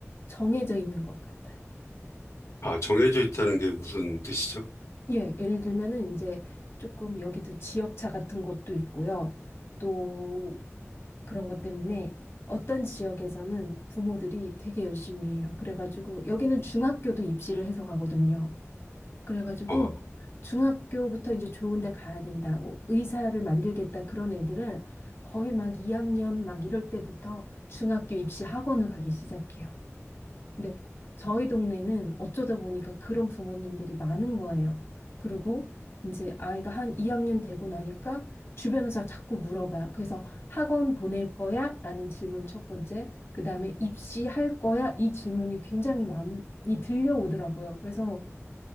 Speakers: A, on the left; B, on the left.
A: 정해져 있는 것 같아요.
B: 아, 정해져 있다는 게 무슨 뜻이죠?
A: 예, 예를 들면은 이제 조금 여기도 지역차 같은 곳도 있고요. 또 그런 것 때문에 어떤 지역에서는 부모들이 되게 열심히 해요. 그래가지고 여기는 중학교도 입시를 해서 가거든요. 그래가지고
B: 어.
A: 중학교부터 이제 좋은 데 가야 된다. 뭐 의사를 만들겠다 그런 애들은 거의 막 2학년 막 이럴 때부터 중학교 입시 학원을 가기 시작해요. 근데 저희 동네는 어쩌다 보니까 그런 부모님들이 많은 거예요. 그리고 이제 아이가 한 2학년 되고 나니까 주변에서 자꾸 물어봐요. 그래서 학원 보낼 거야? 라는 질문 첫 번째, 그 다음에 입시할 거야? 이 질문이 굉장히 많이 들려오더라고요. 그래서